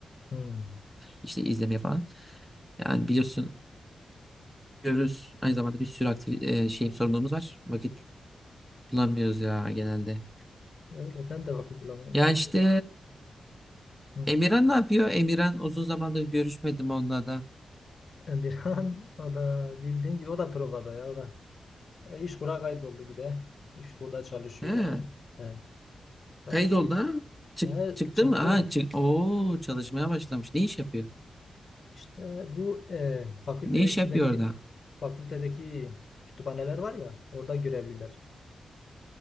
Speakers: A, on the left (about 40°); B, in the centre.
A: Hmm.
B: işte izlemeye falan. Yani biliyorsun okuyoruz. Aynı zamanda bir sürü aktif e, şey sorumluluğumuz var. Vakit bulamıyoruz ya genelde.
A: Öyle ben de vakit bulamıyorum
B: Ya
A: aslında.
B: işte
A: Hı.
B: e, Emirhan ne yapıyor? Emirhan uzun zamandır görüşmedim onunla da.
A: Emirhan <laughs> o da bildiğin gibi o da provada ya o da. E, İşkur'a kayboldu bir de. İşkur'da çalışıyor
B: He,
A: adam. He, çalışıyor.
B: kayıt oldu ha? Çık,
A: E,
B: çıktı
A: çıktı.
B: mı? Ha, çık. Oo, çalışmaya başlamış. Ne iş yapıyor?
A: İşte bu e, fakülte
B: Ne iş
A: içindeki
B: yapıyor orada?
A: fakültedeki kütüphaneler var ya orada görevliler.